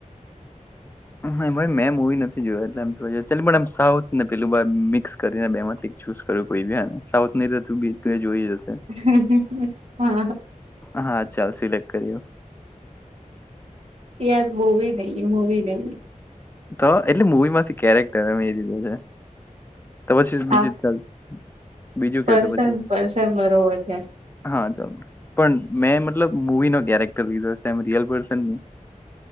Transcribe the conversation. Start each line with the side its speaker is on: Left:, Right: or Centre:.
Left: હમમ મેમ હુઈ નથી જોયું નથી એટલે એમ સાઉથને પેલું બા મિક્સ કરીને બે થી ચૂઝ કર કો બેન સાઉથ એ તો તું બી જોઈ જ હશે
Right: હમમ હમમ હા
Left: હા ચાલ સિલેક્ટ કર્યું
Right: યાર મૂવી નહી મૂવી નહી
Left: તો એટલે મૂવી માંથી કેરેક્ટર અમે એ દીધૂ છે તો પછી
Right: હા
Left: બીજું જ ચાલશે બીજું
Right: પર્સન
Left: કે તો પછી
Right: પર્સન બરોબર છે
Left: હા ચાલ પણ મેમ મતલબ મુવી નો કેરેક્ટર લીધો છે એમ રિયલ પર્સન